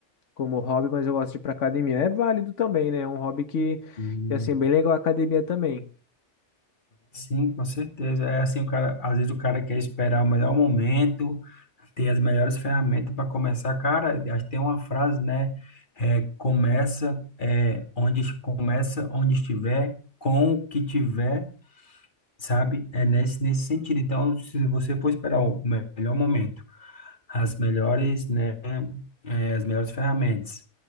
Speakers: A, on the left; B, on the left.
A: como hobby, mas eu gosto de ir pra academia. É válido também, né? É um hobby que,
B: sim.
A: que assim, é bem legal a academia também.
B: Sim, com certeza. É assim, o cara, às vezes o cara quer esperar o melhor momento, ter as melhores ferramentas para começar. Cara, acho que tem uma frase, né? É, começa é, onde começa onde estiver, com o que tiver, sabe? É nesse, nesse sentido. Então, se você for esperar o melhor momento as melhores, né, eh, as melhores ferramentas.